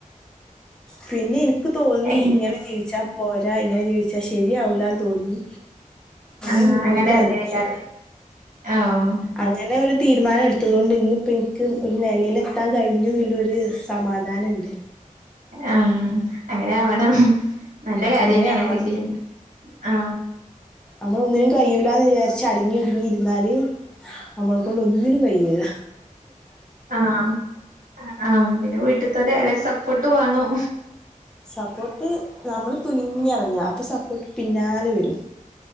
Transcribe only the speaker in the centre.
പിന്നെ എനിക്ക് തോന്നി
ഇങ്ങനെ ജീവിച്ചാ പോരാ ഇങ്ങനെ ജീവിച്ചാ ശരിയാവൂലാന്ന് തോന്നി
ൻ മുന്നോട്ട്
എറങ്ങി
അങ്ങനെ ഒരു തീരുമാനം എടുത്തത് കൊണ്ട് ഇന്ന് ഇപ്പോനിക്ക് ഒരു നെലയിലെത്താൻ കഴിഞ്ഞുല്ലൊരു സമാധാനണ്ട്
അങ്ങനെ
ആവണം
അമ്മളൊന്നിനും കയുലാന്ന് വിചാരിച്ച് അടങ്ങി ഒതുങ്ങിയിരുന്നാല് അമ്മളെ കൊണ്ട് ഒന്നിനും കയുല്ല
സപ്പോട്ട് നമ്മള് തുനിഞ്ഞ് ഇറങ്ങാ അപ്പൊ സപ്പോർ ട്ട് പിന്നാലെ വരും